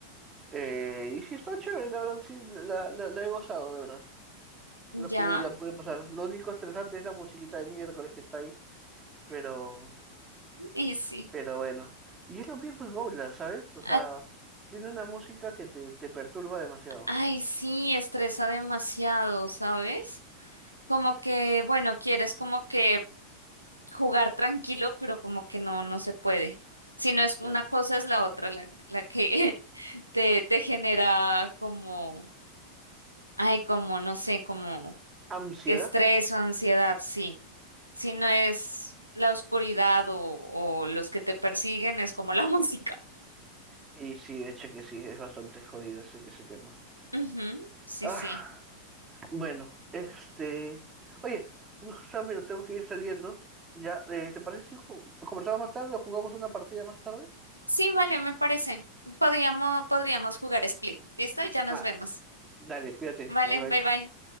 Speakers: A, on the right; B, on the right.
A: Eh, y sí, está chévere, la verdad, sí, la, la, la he gozado, de verdad. La
B: Ya,
A: pude, la pude pasar. Lo único estresante es la musiquita de miércoles que está ahí, pero,
B: <laughs> y sí.
A: pero bueno. Y es lo mismo en Outlast, ¿sabes? O sea,
B: A-
A: tiene una música que te, te perturba demasiado.
B: Ay, sí, estresa demasiado, ¿sabes? Como que, bueno, quieres como que jugar tranquilo, pero como que no, no se puede. Si no es
A: Claro.
B: una cosa, es la otra, la, la que <laughs> te, te genera como, ay, como, no sé, como
A: Ansiedad.
B: estrés o ansiedad, sí. Si no es la oscuridad o, o los que te persiguen, es como la <laughs> música.
A: Y sí, de hecho que sí, es bastante jodido ese, ese tema.
B: Ujú, sí,
A: Ah.
B: sí.
A: Bueno, este. Oye, justamente tengo que ir saliendo. Ya, eh, ¿te parece si ju- conversamos más tarde o jugamos una partida más tarde?
B: Sí, vale, me parece. Podríamos, podríamos jugar Split. ¿Listo? Ya nos
A: Ah,
B: vemos.
A: dale, cuídate.
B: Vale,
A: Bye bye.
B: bye bye.